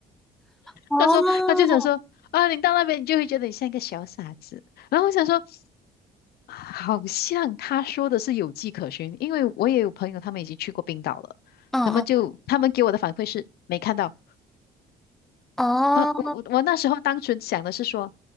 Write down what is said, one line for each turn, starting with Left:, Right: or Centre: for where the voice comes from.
Centre: 哦，
Left: 他说他就想说啊，你到那边你就会觉得你像一个小傻子。然后我想说。好像他说的是有迹可循，因为我也有朋友他们已经去过冰岛了，
Centre: 嗯嗯，
Left: 他们就他们给我的反馈是没看到。
Centre: 哦，
Left: 呃，我我我那时候单纯想的是说，